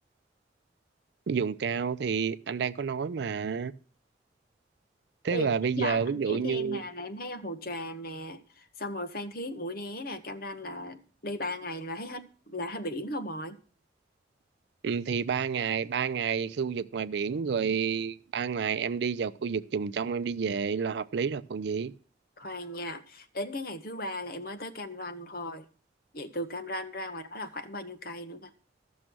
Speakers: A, on the right (about 65°); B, on the left (about 50°).
A: dùng cao thì anh đang có nói mà tức
B: Thì
A: là bây
B: do
A: giờ
B: anh anh
A: ví dụ
B: chỉ
A: như
B: cho em nè là em thấy ở Hồ Tràm nè, xong rồi Phan Thiết, Mũi Né nè, Cam Ranh là đi 3 ngày là thấy hết là hết biển không rồi.
A: ừ, thì ba ngày ba ngày khu vực ngoài biển rồi ba ngày em đi vào khu vực vùng trong em đi về là hợp lý rồi còn gì
B: Khoan nha, đến cái ngày thứ ba là em mới tới Cam Ranh thôi. Vậy từ Cam Ranh ra ngoài đó là khoảng bao nhiêu cây nữa nè?